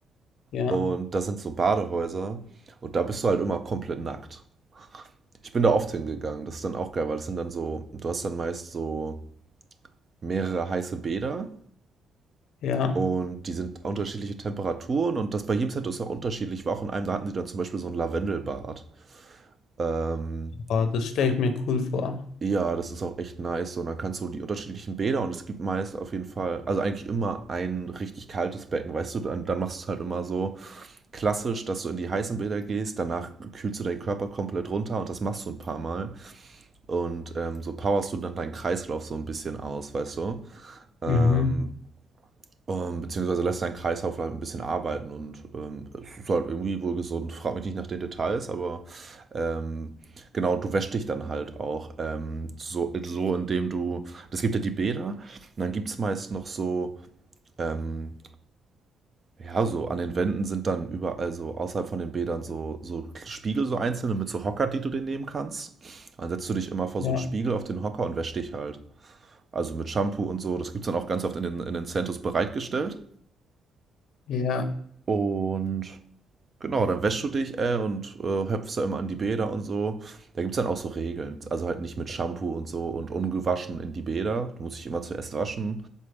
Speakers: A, on the left; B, on the right.
A: Ja,
B: und das sind so Badehäuser, und da bist du halt immer komplett nackt. Ich bin da oft hingegangen, das ist dann auch geil, weil das sind dann so, du hast dann meist so mehrere heiße Bäder
A: ja.
B: Und die sind unterschiedliche Temperaturen und das bei jedem Set ist auch unterschiedlich. Ich war auch in einem, da hatten sie dann zum Beispiel so ein Lavendelbad. Ähm,
A: Aber das stelle ich mir cool vor.
B: ja, das ist auch echt nice. So, Und dann kannst du die unterschiedlichen Bäder und es gibt meist auf jeden Fall, also eigentlich immer ein richtig kaltes Becken, weißt du, dann, dann machst du es halt immer so klassisch, dass du in die heißen Bäder gehst, danach kühlst du deinen Körper komplett runter und das machst du ein paar Mal. Und ähm, so powerst du dann deinen Kreislauf so ein bisschen aus, weißt du. Ähm,
A: Mhm.
B: Ähm, beziehungsweise lässt deinen Kreislauf halt ein bisschen arbeiten und, ähm, es ist halt irgendwie wohl gesund. Frag mich nicht nach den Details, aber, ähm, genau, du wäschst dich dann halt auch, ähm, so so indem du es gibt ja die Bäder und dann gibt's meist noch so, ähm ja, so an den Wänden sind dann überall so außerhalb von den Bädern so so Spiegel, so einzelne mit so Hocker, die du dir nehmen kannst. Dann setzt du dich immer vor
A: Ja,
B: so einen Spiegel auf den Hocker und wäschst dich halt. Also, mit Shampoo und so. Das gibt's dann auch ganz oft in den in den Centers bereitgestellt
A: ja.
B: und Genau, dann wäschst du dich, äh, und, äh, höpfst da immer an die Bäder und so. Da gibt's dann auch so Regeln. Also halt nicht mit Shampoo und so und ungewaschen in die Bäder. Du musst dich immer zuerst waschen.